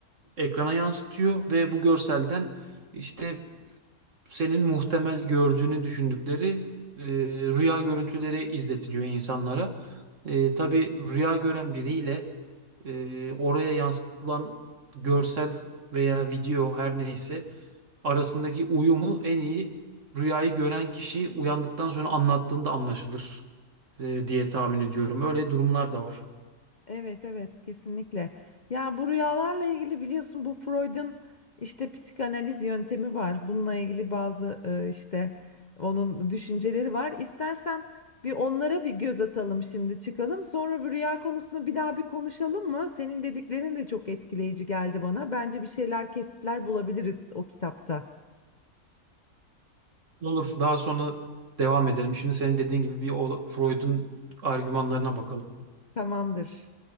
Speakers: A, on the right; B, on the left.
A: ekrana yansıtıyor ve bu görselden işte senin muhtemel gördüğünü düşündükleri e, rüya görüntüleri izletiliyor insanlara. E, tabii rüya gören biriyle e, oraya yansıtılan görsel veya video her neyse arasındaki uyumu en iyi rüyayı gören kişi uyandıktan sonra anlattığında anlaşılır e, diye tahmin ediyorum. Öyle durumlar da var.
B: Evet, evet, kesinlikle. Ya bu rüyalarla ilgili biliyorsun bu Freud'un işte psikanaliz yöntemi var. Bununla ilgili bazı e, işte onun düşünceleri var. İstersen bir onlara bir göz atalım şimdi çıkalım. Sonra bu rüya konusunu bir daha bir konuşalım mı? Senin dediklerin de çok etkileyici geldi bana. Bence bir şeyler kesitler bulabiliriz o kitapta.
A: Olur, daha sonra devam edelim. Şimdi senin dediğin gibi bir o- Freud'un argümanlarına bakalım.
B: Tamamdır.